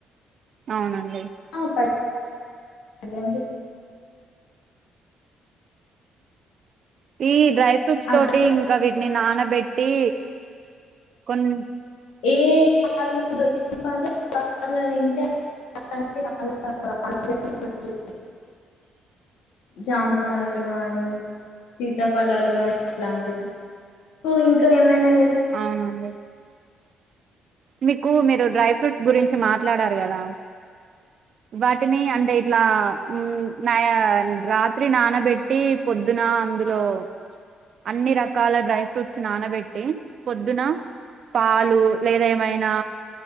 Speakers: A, on the right (about 55°); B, on the left (about 85°).
A: అవునండి
B: <unintelligible>
A: ఈ డ్రై ఫ్రూట్స్ తోటి
B: అట్లా
A: ఇంకా వీటిని నానబెట్టి కొన్ని
B: ఏ కాలంలో దొరికే పండ్లు ఆ కాలంలో తింటే <unintelligible> జాంపానులు గాని సీతాఫలాలు గాని అట్లామ్టివి కు ఇంకా ఏమైనా తెలుస్
A: అవునండి మీకు మీరు డ్రై ఫ్రూట్స్ గురించి మాట్లాడారు కదా వాటిని అంటే ఇట్లా ఉమ్ నాయా రాత్రి నానబెట్టి పొద్దున అందులో అన్ని రకాల డ్రై ఫ్రూట్స్ నానబెట్టి పొద్దున పాలు లేదా ఏమైనా